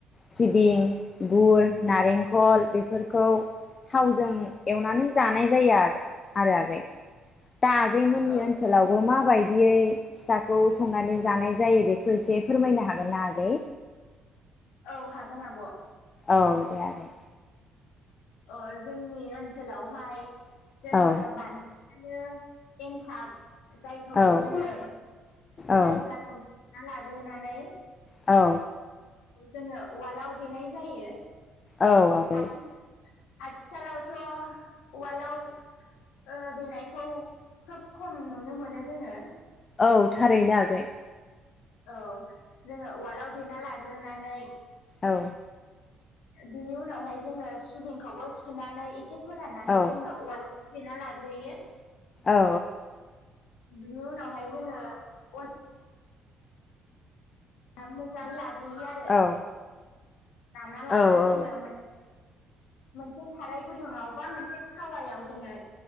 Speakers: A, on the left (about 40°); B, on the left (about 80°).
A: सिबिं गुर नारेंखल बे बेफोरखौ थावजों एवनानै जानाय जायो आरो आगै। दा आगैमोननि
B: औ
A: ओनसोलावबो मा मा बायदियै फिथाखौ संनानै जानाय जायो बेखौ एसे फोरमायनो हागोन ना आगै?
B: औ हागोन आब।
A: औ दे आगै।
B: अ जोंनि ओनसोलावहाय। जोङो
A: औ
B: बां। बिनो एनथाब। जायखौ
A: औ
B: जोङो।
A: औ
B: माइब्रा खौस। ना लाग्रोनानै।
A: औ।
B: औ जोङो उवालाव देनाय जायो।
A: औ आगै।
B: आथि आथिखालावथ' ववालआव ओ देनायखौ खोब खम नुनो मोनो जोङो।
A: औ थारैनो आगै।
B: औ जोङो उवालाव देना लाग्रोनानै।
A: औ।
B: बिनि उनावहाय जोङो सिबिंखौबो सुनानै एसे। फोराननानै
A: औ
B: जोङो उवाल। देना लाग्रोयो।
A: औ
B: बिनि उनावहाय जोङो अन। <unintelligible> गुयो आरो।
A: औ
B: लाना लाना
A: औ
B: जोङो मोनसे साराय गुदुङाव बा मोनसे थावायाव जोङो